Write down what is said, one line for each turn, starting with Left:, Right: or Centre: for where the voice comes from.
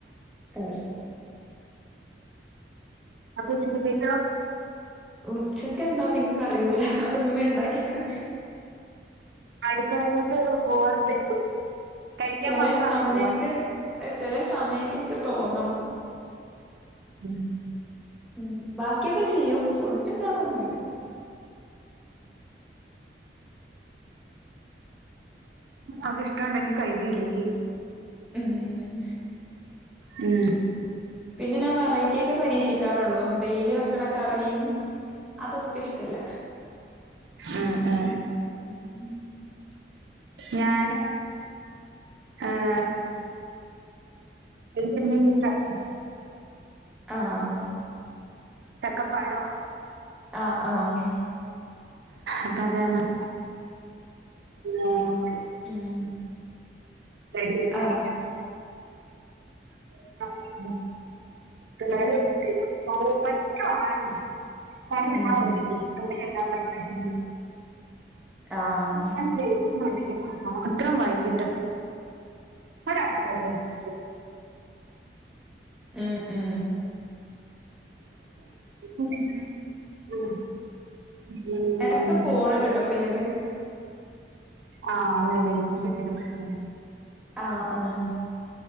Centre: കറീം
Right: അപ്പോ ഉച്ചത്തേക്കോ
Centre: ഉച്ചക്കെന്താന്ന് എനിക്കറിയൂല അതുമ്മ ഇണ്ടാക്കിക്കണ്
Right: അടുക്കള ങ്ങോട്ട് പോവാറില്ലേ കഴിക്കാൻ
Centre: ചെല
Right: മാത്രാണോ
Centre: സമയത്ത്
Right: പോവാ
Centre: ചലെ സമയത്ത് എനിക്ക് തോന്നണം
Right: ഉം
Centre: ഉം ബാക്കിയൊക്കെ ചെയ്യും ഫുഡ്ണ്ടാക്കൊന്നുല്ല
Right: ആഹ് അവക്ക് ഇഷ്ട്ടൊണ്ടെങ്കി കഴിക്ക് ഇല്ലെങ്കി
Centre: ഉം
Right: മ്
Centre: പിന്നെ ഞാൻ വെറൈറ്റിയൊക്കെ പരീക്ഷിക്കാറുള്ളൂ ഡെയിലി വെക്കണ കറിയും അതൊന്നു എനിക്കിഷ്ടല്ല
Right: ആഹ് ആഹ്
Centre: ഉം
Right: ഞാന് ഏഹ് എനിക്കിവിടുന്നൊരി ഇച്ചിരി ചക്ക കിട്ടി
Centre: ആഹ്
Right: ചക്കപ്പഴവാ
Centre: ആഹ് ആഹ്
Right: അപ്പ അത് കാരണം ആഹ്
Centre: ഉം
Right: <unintelligible>
Centre: ആഹ്
Right: <inaudible> പണിയൊണ്ടാവോ
Centre: ഉം
Right: <inaudible>
Centre: ആഹ്
Right: ചെയ്തുന്നൊണ്ടെങ്കില് മാത്രം വൈകിട്ട് <inaudible>
Centre: ഏഹ് ഏഹ്
Right: <inaudible> ഉം
Centre: എടക്ക് പോണ് ണ്ട്ട്ടോ ക്ലിയറ്
Right: ആഹ് <unintelligible> പ്രശ്നം
Centre: ആഹ് ഉം